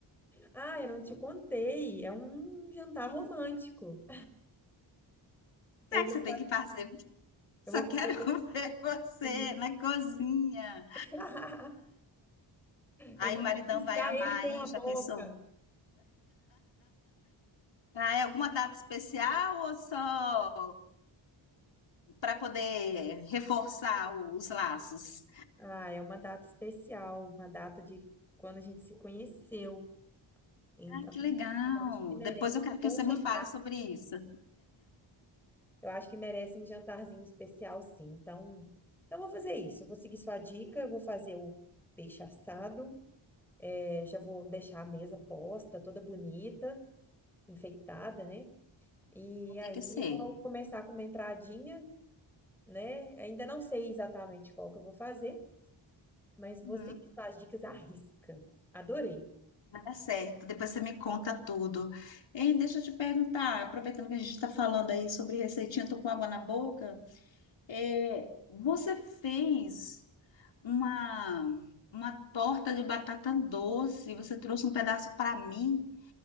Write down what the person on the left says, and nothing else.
É
que você tem
que fazer. Só
quero <laughs>
ver você
na cozinha.
Aí
o maridão
vai amar,
hein?
Já pensou? Ah, é alguma data especial ou só para poder reforçar o- os laços?
Ah, que legal.
Depois eu quero que
você
me fale sobre isso.
Tem que ser.
Uhum.
tá certo, depois você me conta tudo. Hein, deixa eu te perguntar, aproveitando que a gente está falando aí sobre receitinha, eu tô com água na boca. É, você fez uma, uma torta de batata doce, você trouxe um pedaço para mim.